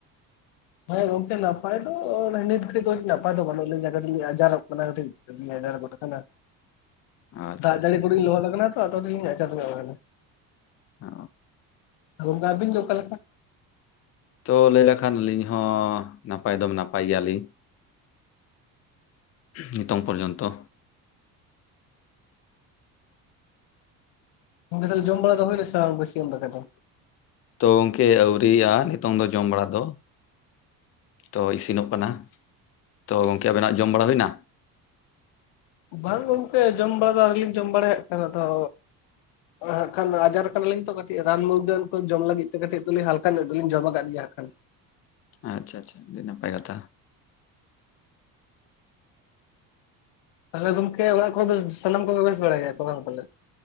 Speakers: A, on the left; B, on the left.
A: ᱦᱮᱸ ᱜᱚᱢᱠᱮ ᱱᱟᱯᱟᱭ ᱫᱚ ᱱᱤᱛ ᱜᱷᱟᱨᱤᱡ ᱫᱚ ᱱᱟᱯᱟᱭ ᱫᱚ ᱵᱟᱹᱱᱩᱜ ᱞᱤᱧᱟ ᱠᱟᱹᱴᱤᱡ ᱞᱤᱧ ᱟᱡᱟᱨᱚᱜ ᱠᱟᱱᱟ ᱠᱟᱹᱴᱤᱡ ᱦᱮᱸ ᱠᱟᱴᱤᱡᱞᱤᱧ ᱟᱡᱟᱨ ᱜᱚᱫ ᱠᱟᱱᱟ᱾
B: ᱟᱪᱪᱷᱟ
A: ᱫᱟᱜ
B: ᱟᱪᱪᱷᱟ
A: ᱡᱟᱹᱲᱤ ᱠᱚᱨᱮᱧ
B: ᱟᱪᱪᱷᱟ
A: ᱞᱚᱦᱚᱫ ᱟᱠᱟᱱᱟ ᱛᱚ ᱟᱫᱚᱞᱤᱧ ᱟᱡᱟᱨ ᱧᱚᱜ ᱠᱟᱱᱟᱼᱼ
B: ᱚ,
A: ᱜᱚᱢᱠᱮ ᱟᱵᱤᱱ ᱫᱚ ᱚᱠᱟ ᱞᱮᱠᱟ᱾
B: ᱛᱚ ᱞᱟᱹᱭ ᱞᱮᱠᱷᱟᱱ ᱟᱹᱞᱤᱧ ᱦᱚᱸ ᱱᱟᱯᱟᱭ ᱫᱚ ᱱᱟᱯᱟᱭ ᱜᱮᱭᱟᱞᱤᱧ ᱱᱤᱛᱚᱝ ᱯᱚᱨᱡᱚᱱᱛᱚ
A: ᱛᱟᱦᱞᱮ ᱡᱚᱢ ᱵᱟᱲᱟ ᱫᱚ ᱦᱩᱭ ᱱᱟ ᱥᱮ ᱵᱟᱝ ᱵᱟᱥᱤᱭᱟᱸᱢ ᱫᱟᱠᱟ ᱫᱚ?
B: ᱛᱚ ᱜᱚᱝᱠᱮ ᱟᱣᱨᱤᱭᱟᱜᱼᱟ ᱱᱤᱛᱚᱝ ᱫᱚ ᱡᱚᱢ ᱵᱟᱲᱟ ᱫᱚ᱾ ᱛᱚ ᱤᱥᱤᱱᱚᱜ ᱠᱟᱱᱟ ᱛᱚ ᱜᱚᱝᱠᱮ ᱟᱵᱮᱱᱟᱜ ᱡᱚᱢ ᱵᱟᱲᱟ ᱦᱩᱭᱱᱟ?
A: ᱵᱟᱝ ᱜᱚᱝᱠᱮ ᱡᱚᱢ ᱵᱟᱲᱟ ᱟᱣᱨᱤᱞᱤᱧ ᱡᱚᱢ ᱵᱟᱲᱟᱭᱟ ᱦᱟᱜ ᱠᱷᱟᱱ ᱟᱫᱚᱼᱼ ᱦᱟᱸᱜ ᱠᱷᱟᱱ ᱟᱡᱟᱨ ᱠᱟᱱᱟᱞᱤᱧ ᱛᱚ ᱠᱟᱹᱴᱤᱡ ᱨᱟᱱ ᱢᱩᱨᱜᱟᱹᱱ ᱠᱚ ᱡᱚᱢ ᱞᱟᱹᱜᱤᱫ ᱛᱮ ᱠᱟᱹᱴᱤᱡ ᱫᱚᱧ ᱦᱟᱞᱠᱟ ᱧᱚᱜ ᱫᱚᱞᱤᱧ ᱡᱚᱢ ᱟᱠᱟᱫ ᱜᱮᱭᱟ ᱦᱟᱸᱜ ᱠᱷᱟᱱ᱾
B: ᱟᱪᱪᱷᱟ ᱟᱪᱪᱷᱟ ᱟᱹᱰᱤ ᱱᱟᱯᱟᱭ ᱠᱟᱛᱷᱟ᱾
A: ᱛᱟᱦᱚᱞ ᱜᱚᱢᱠᱮ ᱚᱱᱟ ᱠᱚᱦᱚ ᱥᱟᱱᱟᱢ ᱠᱚ ᱵᱮᱥ ᱵᱟᱲᱟᱭ ᱜᱮᱭᱟ ᱠᱚᱞᱮ?